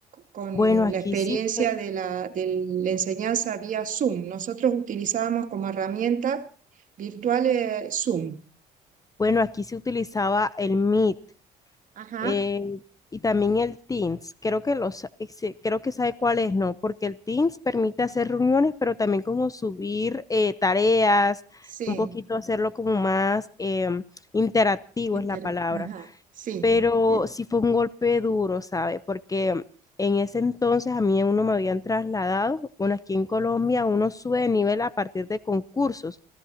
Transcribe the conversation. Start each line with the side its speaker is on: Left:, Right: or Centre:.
Right: con
Left: Bueno, aquí
Right: la experiencia
Left: sí fue-
Right: de la, de la enseñanza vía Zoom. Nosotros utilizábamos como herramienta virtual eh, Zoom.
Left: bueno, aquí se utilizaba el Meet.
Right: Ajá,
Left: eh, y también el Teams. Creo que los, ese- creo que sabe cuál es, ¿no? Porque el Teams permite hacer reuniones, pero también como subir eh, tareas,
Right: sí,
Left: un poquito hacerlo como más em, interactivo
Right: intera-
Left: es la palabra.
Right: Ajá, sí.
Left: Pero
Right: Eh,
Left: sí fue un golpe duro, ¿sabe? Porque en ese entonces a mí uno me habían trasladado, bueno, aquí en Colombia uno sube de nivel a partir de concursos.